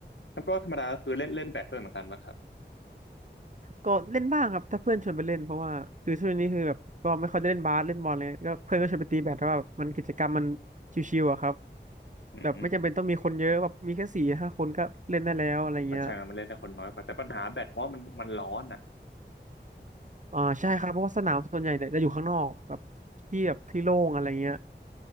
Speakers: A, on the left; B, on the right.
A: แล้วก็ธรรมดาก็คือเล่นเล่นแบดด้วยเหมือนกันป่ะครับ
B: ก็เล่นบ้างครับถ้าเพื่อนชวนไปเล่นเพราะว่าคือช่วงนี้คือแบบก็ไม่ค่อยได้เล่นบาสเล่นบอลเลยก็เพื่อนก็ชวนไปตีแบดแต่ว่าแบบมันกิจกรรมมันชิวๆอะครับ
A: อืม
B: แบบไม่จำเป็นต้องมีคนเยอะแบบมีแค่สี่ห้าคนก็เล่นได้แล้วอะไรเงี้ย
A: ก็ใช่นะมันเล่นได้คนน้อยกว่าแต่ปัญหาแบดเพราะมันมันร้อนอ่ะ
B: อ่าใช่ครับเพราะว่าสนามส่วนใหญ่เนี่ยจะอยู่ข้างนอกแบบที่แบบที่โล่งอะไรเงี้ย